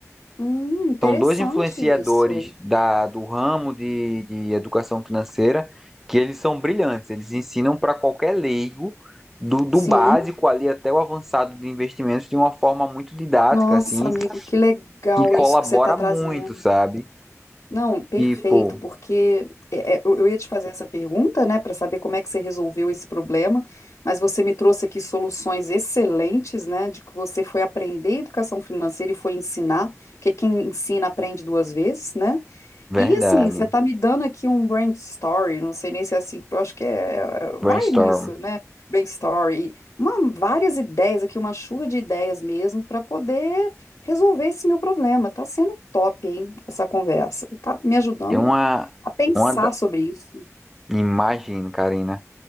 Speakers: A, on the left; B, in the centre.
A: Hum, interessante
B: São dois influenciadores
A: isso.
B: da, do ramo de, de educação financeira que eles são brilhantes, eles ensinam para qualquer leigo, do, do
A: Sim.
B: básico ali até o avançado de investimentos, de uma forma muito didática,
A: Nossa,
B: assim,
A: amigo, que legal
B: que colabora
A: isso que você está trazendo.
B: muito, sabe?
A: Não, perfeito,
B: Tipo,
A: porque é- é, eu eu ia te fazer essa pergunta, né, para saber como é que você resolveu esse problema, mas você me trouxe aqui soluções excelentes, né, de que você foi aprender educação financeira e foi ensinar, porque quem ensina aprende duas vezes, né?
B: verdade,
A: E assim, você tá me dando aqui um brain story, não sei nem se é assim, eu acho que é, é, vai
B: brainstorm.
A: nisso, né? Brain story, uma, várias ideias aqui, uma chuva de ideias mesmo para poder resolver esse meu problema. Tá sendo top, hein, essa conversa. Tá me ajudando
B: É uma,
A: a pensar
B: uma da-
A: sobre isso.
B: imagem, Karina.